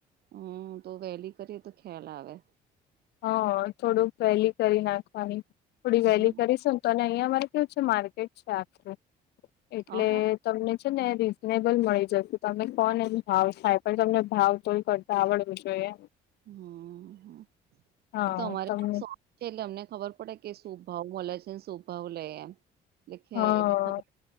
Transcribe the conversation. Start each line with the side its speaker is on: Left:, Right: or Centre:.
Right: હમ તો વહેલી કરીએ તો ખ્યાલ આવે.
Left: હ થોડુંક વહેલી કરી નાખવાની થોડી
Right: હમ
Left: વહેલી કરી <unintelligible> તો અને અહિયાં મારે કેવુ છે, માર્કેટ છે, આખરે એટલે.
Right: અહ હમ
Left: તમને છે, ને એ રીઝનેબલ મળી જશે તમે કોણ એ ભાવ થાય પણ તમને ભાવ તોય કર. <unintelligible>
Right: હમ
Left: હા
Right: એ તો અમારે.
Left: તમને
Right: એટલે અમને ખબર પડે કે શુંભાવ મળલા છે, ને શુંભાવ લે એમ એટલે
Left: હા
Right: <unintelligible> એટલે ખબર.